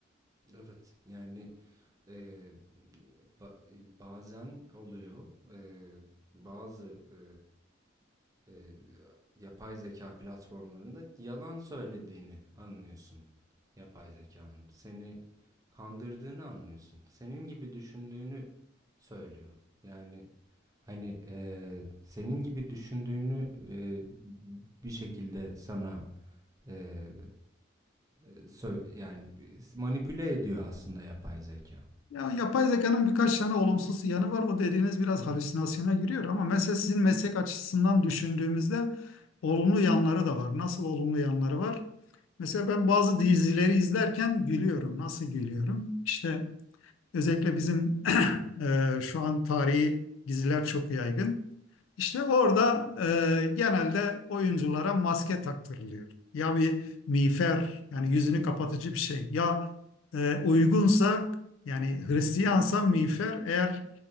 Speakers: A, on the right; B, on the left.
A: Evet yani Ee, ba- bazen oluyor. Ee, bazı e, e, yapay zeka platformlarında yalan söylediğini anlıyorsun. Yapay zekanın seni kandırdığını anlıyorsun. Senin gibi düşündüğünü söylüyor. Yani hani e, senin gibi düşündüğünü e, bir şekilde sana e, e, sö- yani manipüle ediyor aslında yapay zeka.
B: Ya yapay zekanın birkaç tane olumsuz yanı var. O dediğiniz biraz halüsinasyona giriyor ama mesela sizin meslek açısından düşündüğümüzde olumlu yanları da var. Nasıl olumlu yanları var? Mesela ben bazı dizileri izlerken gülüyorum. Nasıl gülüyorum? İşte özellikle bizim <clears throat> eee, şu an tarihi diziler çok yaygın. İşte orada e, genelde oyunculara maske taktırılıyor. Ya bir miğfer yani yüzünü kapatıcı bir şey. Ya e, uygunsa yani Hristiyansa miğfer eğer